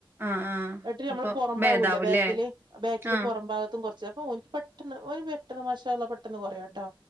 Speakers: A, on the right; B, on the right.
A: ആഹ് ആഹ്
B: എന്നിട്ട് നമ്മള്
A: അപ്പൊ
B: പുറം
A: ഭേദാവൂല്ലേ
B: ഭാകല്ലേ ബാക്കില് ബാക്കില്
A: ആഹ്
B: പുറം ഭാഗത്തും കുറച്ച് അപ്പോൾ ഒനിക്ക് പെട്ടെന്ന് ഒരു പെട്ടെന്ന് മാഷാ അല്ലഹ് പെട്ടെന്ന് കുറേയോട്ടോ